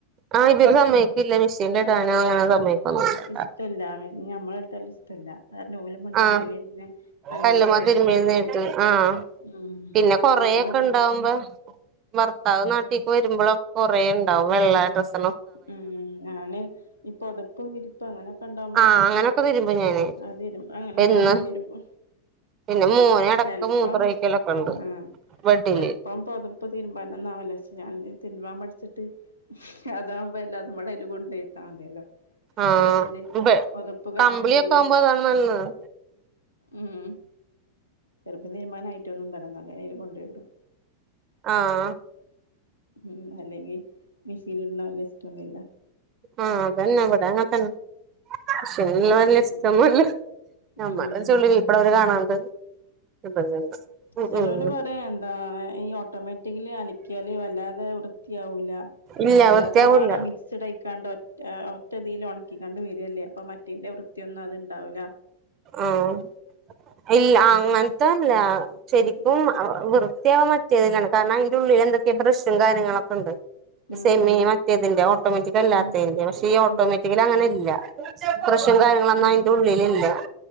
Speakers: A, on the right; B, on the left.
A: ആഹ് ഇവര് സമ്മയ്ക്കില്ല മെഷീനിൽ ഇടാനോ
B: ആ
A: അങ്ങനെ സമ്മയ്ക്കൊന്നുല്ലട്ടാ
B: ഇഷ്ടല്ല ഞമ്മള ഇട്ടല്ല ല്ല ഓല് പണ്ട്
A: ആഹ്
B: മുതലേ കല്ലമ്മ
A: കല്ലുമ്മ
B: ശീലിച്ചു
A: തിരുമ്പിരുന്നിട്ട്
B: വന്നിട്ടെ
A: ആഹ്
B: ഉം
A: പിന്നെ കൊറേയൊക്കെ
B: നമ്മളിടുമ്പോ
A: ഇണ്ടാവുമ്പോ ഭർത്താവ് നാട്ടീക്ക് വരുമ്പോഴൊ കൊറേ ഉണ്ടാവും വെള്ള ഡ്രസ്സ്‌
B: ഉം ഞാന് ഇ പൊതപ്പും വിരിപ്പും അങ്ങനൊക്കെണ്ടാവുമ്പോക്കെ
A: ആഹ് അങ്ങനൊക്കെ തിരുമ്പും ഞാന്
B: അതിരുമ്പോ അങ്ങനെ
A: ഇന്ന്
B: ഞാനെ തിരുമ്പോ
A: പിന്നെ മോന് എടക്ക്
B: ചിലപ്പം
A: മൂത്രൊഴിക്കലൊക്കെ ഇണ്ട്
B: ആ
A: ബെഡില്
B: ചെലപ്പം പൊതപ്പ് തീരുമ്പാനോനാവുലച്ച് ഞാൻ തെ തിരുമ്പാൻ മടിച്ചിട്ട് അതാകുമ്പോ എല്ലാതുംപാടെ അയിൽ കൊണ്ടയിട്ടാമതിയല്ലോ
A: ആഹ്
B: അത്പോലെ
A: ബെ
B: പുതപ്പ് കാണും
A: കമ്പിളിയൊക്കെ
B: ചെയ്യും
A: ആവുമ്പോ അതാണ് നല്ലത്
B: ഉം ചെലപ്പം തീരുമ്പാനായിട്ടൊന്നുംണ്ടവുല ന്നാപ്പിന്നെയിൽ കൊണ്ടോയിടും
A: ആഹ്
B: ഉം അല്ലെങ്കിൽ മെഷീൽ ഇടണ വല്ല ഇഷ്ട്ടോന്നുല്ല
A: ആഹ് അതന്നെവിടങ്ങനെതന്നെ പക്ഷെല്ല വല്യ
B: ഉം
A: ഇഷ്ട്ടോന്നുല്ല നമ്മള്
B: ഉം
A: ചുളിവി ഇപ്പളവര് കാണാണ്ട് <unintelligible>
B: ചെലൊര്
A: ഉം
B: പറയാഎന്താ ഈ ഓട്ടോമാറ്റിക്കലി അലക്കിയാല് വല്ലാതെ വൃത്തിയാവൂല
A: ഇല്ല
B: എല്ലാതും
A: വൃത്തിയാവൂല്ല
B: പാടെ മിക്സ്ഡ് ആയിക്കാണ്ട് ഒ ഒറ്റതി ക്കണ്ട് വരല്ലേ അപ്പൊ മറ്റെയ്ന്റെ വൃത്തിയൊന്നും അത് ണ്ടാവൂല
A: ആഹ് ഇല്ല അ അങ്ങനത്തല്ല ശരിക്കും
B: ഉം
A: വൃത്തിയാവാ മറ്റേതിലാണ് കാരണം അതിന്റെറെ ഉള്ളിൽ എന്തൊക്കെ ബ്രാഷും കാര്യങ്ങളൊക്കെ ഉണ്ട്
B: ഉം
A: സെമി
B: ഉം
A: മറ്റേതിന്റെ ഓട്ടോമാറ്റിക് അല്ലാത്തതിന്റെ
B: ഉം ഉം
A: പക്ഷെ ഈ ഓട്ടോമാറ്റിക്കൽ
B: ഉം
A: അങ്ങനെ ഇല്ല ബ്രഷും കാര്യങ്ങളൊന്നും
B: ഉം
A: അയിന്റെ
B: ഉം ഉം ഉം
A: ഉള്ളിലില്ല